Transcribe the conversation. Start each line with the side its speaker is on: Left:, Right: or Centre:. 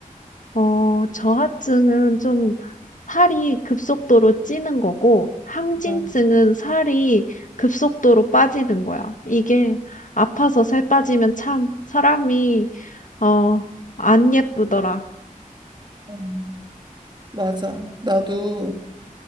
Left: 어, 저하증은 좀 살이 급속도로 찌는 거고, 항진증은
Right: 아,
Left: 살이 급속도로 빠지는 거야. 이게 아파서 살 빠지면 참 사람이, 어, 안 예쁘더라.
Right: 음, 맞아. 나도,